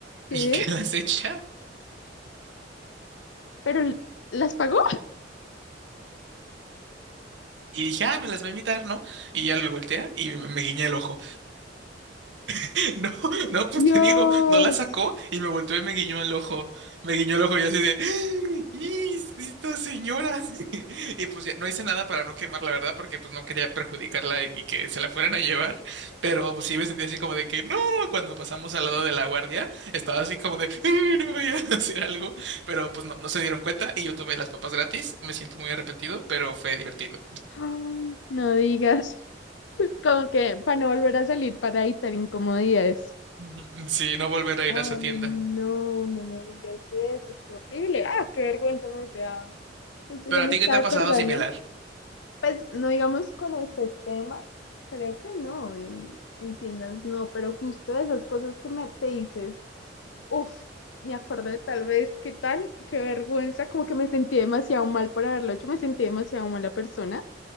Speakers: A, on the right; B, on the left.
A: Y
B: Sí,
A: que <laughs> las echa.
B: pero ¿las pagó?
A: Y dije, ah, me las va a invitar, ¿no? Y ya le voltea y me, me guiña el ojo. <laughs> No, no, pues
B: Dios.
A: te digo, no la sacó y me volteó y me guiñó el ojo. Me guiñó el ojo y yo así de, ¡Y esta señora! <laughs> Y pues ya no hice nada para no quemar, la verdad, porque pues no quería perjudicarla y que se la fueran a llevar. Pero pues sí me sentí así como de que, ¡no! Cuando pasamos al lado de la guardia, estaba así como de, "Ay, no me vaya a <laughs> hacer algo! Pero pues no, no se dieron cuenta y yo tuve las papas gratis. Me siento muy arrepentido, pero fue divertido.
B: Ay, No digas, como que para no volver a salir para evitar incomodidades.
A: Ujú. Sí, no volver a
B: Ay,
A: ir a esa tienda.
B: no, no me digas eso, qué horrible. Ah, qué vergüenza me dice. Ah, justo
A: Pero
B: yo
A: a
B: me
A: ti,
B: estaba
A: ¿qué te ha
B: acordando.
A: pasado similar?
B: Pues no digamos con ese tema, creo que no, en, en tiendas no, pero justo de esas cosas que me te dices, uff, me acuerdo de tal vez, qué tal, qué vergüenza, como que me sentí demasiado mal por haberlo hecho, me sentí demasiado mala persona.